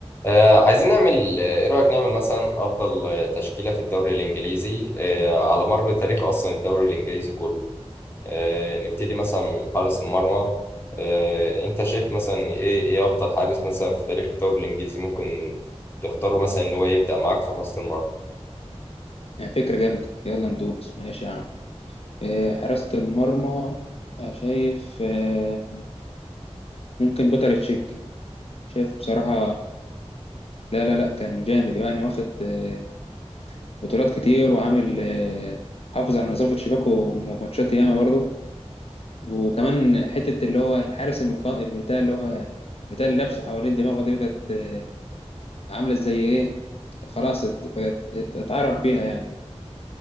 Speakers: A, on the left; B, on the left.
A: آه عايزين نعمل آه، ايه رأيك نعمل مثلا افضل آه، تشكيلة في الدوري الانجليزي آه على مر تاريخ اصلا الدوري الانجليزي كله آه نبتدي مثلا من حارس المرمى آه انت شايف مثلا ايه ايه افضل حارس مثلا في تاريخ الدوري الانجليزي ممكن تختاره مثلا ان هو يبدأ معاك في حراسة المرمى
B: يعني فكرة جامدة يلا ندوس ماشي يا عم آه، حراسة المرمى آه، شايف آه، ممكن بيتر تشيك شايف بصراحة لا لا لا كان جامد يعني واخد آه، بطولات كتير وعامل آه، حافظ على نظافة شباكه ماتشات ياما برضه وكمان حتة اللي هو الحارس المقا... اللي بتاع اللي هو بتاع اللي لابسه حوالين دماغه دي بقت آه، عاملة زي إيه خلاص ات- بقت ات- اتعرف بيها يعني